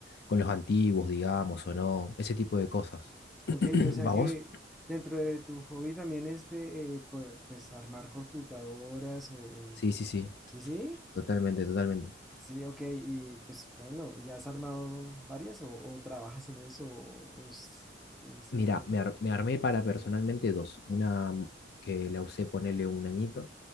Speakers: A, on the left (about 60°); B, in the centre.
A: con los antiguos, digamos, o no, ese tipo de cosas.
B: Ok,
A: <clears throat>
B: o sea
A: ¿Va
B: que
A: vos?
B: dentro de tu hobby también es que, eh, pu- pues, armar computadoras o... o-
A: Sí, sí, sí,
B: Sí, sí.
A: totalmente, totalmente.
B: Sí, ok, y pues bueno, ¿ya has armado varias o, o trabajas en eso? O, o es, es
A: Mira,
B: el- el-
A: me, ar- me armé para personalmente dos. Una que la usé ponerle un añito,